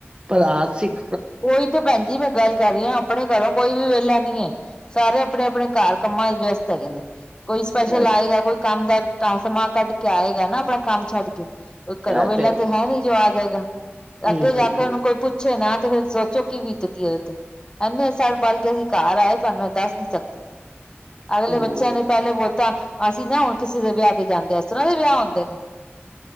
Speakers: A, on the right; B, on the left.
A: ਭਰਾ ਸਿੱ
B: ਉਹੀ ਤੇ ਭੈਣ ਜੀ ਮੈਂ ਗੱਲ ਕਰ ਰਹੀ ਆ। ਆਪਣੇ ਘਰੋਂ ਕੋਈ ਵੀ ਵੇਹਲਾ ਨੀ ਏ ਸਾਰੇ ਆਪਣੇ-ਆਪਣੇ ਘਾਰ ਕੰਮਾਂ ਵਿਚ ਵਿਅਸਤ ਹੈਗੇ ਨੇ ਕੋਈ ਸਪੈਸ਼ਲ
A: ਇਹ ਤੇ-
B: ਆਏਗਾ ਕੋਈ ਕੰਮ ਦਾ ਸਮਾਂ ਕੱਢ ਕੇ ਆਏਗਾ ਨਾ ਆਪਣਾ ਕੰਮ ਛੱਡ ਕੇ। ਕੋਈ
A: ਇਹ
B: ਘਰੋ ਵੇਲਾ
A: ਹੈ
B: ਤੇ
A: ਹੀ।
B: ਹੈਨੀ ਜੋ ਆ ਜੇਗਾ
A: ਹੂੰ
B: ਅੱਗੇ ਜਾ
A: ਹੂੰ
B: ਕੇ
A: ਹੂੰ
B: ਉਹਨੂੰ ਕੋਈ ਪੁੱਛੇ ਨਾ ਤੇ ਫੇਰ ਸੋਚੋ ਕੀ ਬੀਤਦੀ ਉਹਦੇ ਤੇ ਐਨੇ ਸਾਲ ਬਾਦ ਅਸੀਂ ਘਰ ਆਏ ਤੁਹਾਨੂੰ ਮੈਂ ਦਸ ਨੀ ਸਕਦੀ ਅਗਲੇ
A: ਹੂੰ
B: ਬੱਚਿਆਂ ਨੇ ਪਹਿਲੇ ਬੋਲਤਾ ਅਸੀਂ ਨਾ ਹੁਣ ਕਿਸੇ ਦੇ ਵਿਆਹ ਤੇ ਜਾਂਦੇ ਐਸ ਤਰਾਂ ਦੇ ਵਿਆਹ ਹੁੰਦੇ ਨੇ